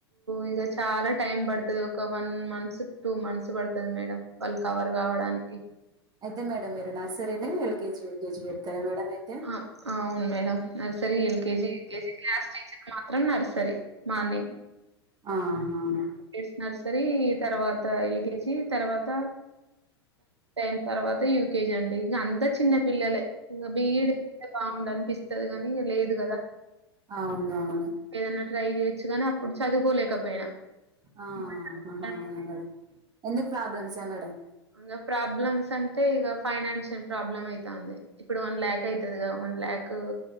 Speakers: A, on the right; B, on the right.
A: ఇక చాలా టైం పడుతది ఒక వన్ మంత్స్ టూ మంత్స్ పడుతది మేడం. వాళ్ళు కవర్ కావడానికి.
B: అయితే మేడం మీరు నర్సరీని ఎల్కేజీ యుకేజీ పెడతారా మేడం అయితే.
A: ఆ అవును madam nursery LKG UKG class teacher. మాత్రం నర్సరి మార్నింగ్.
B: ఆహ్ ఆహా
A: ఎస్ నర్సరీ తర్వాత ఎల్కేజి తర్వాత. టెన్ తర్వాత యూకేజి అండి ఇంక అంతా చిన్న పిల్లలే ఇక బిఈడి. ముందానిపిస్తాది కాని లేదు కదా.
B: అవును అవును.
A: ఏదైనా ట్రై చేయొచ్చు కానీ అప్పుడు చదువుకోలేకపోయినా.
B: ఆహ
A: ఇప్పుడు చదువుకోడానికి
B: అవునా మేడం ఎందుకు ప్రాబ్లమ్సా మేడం.
A: ఇంగా ప్రాబ్లమ్స్ అంటే ఇగ ఫైనాన్షియల్ ప్రాబ్లమ్ అయితాంది. ఇప్పుడు వన్ ల్యాక్ అయితదిగా వన్ ల్యాక్